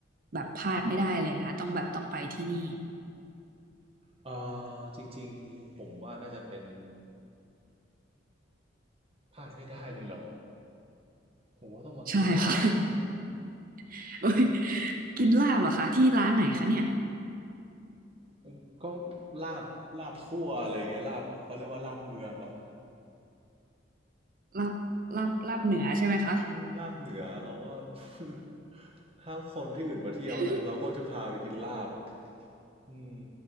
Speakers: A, on the right; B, on the right.
A: แบบพลาดไม่ได้เลยนะต้องแบบต้องไปที่นี่
B: เอ่อจริงๆผมว่าน่าจะเป็นพลาดไม่ได้เลยเหรอผมว่าต้องมากินลาบ
A: ใช่ค่ะ <laughs> โอ้ยกินลาบเหรอคะที่ร้านไหนคะเนี่ย
B: <laughs> ก็ลาบลาบคั่วอะไรอย่างเงี้ยลาบเขาเรียกว่าลาบเมืองอะ
A: ลาบลาบลาบเหนือใช่ไหมคะ
B: อืมลาบเหนือเราว่า <laughs> ถ้าคนที่อื่นมาเที่ยวนะเราก็จะพาไปกินลาบ
A: <laughs>
B: อืม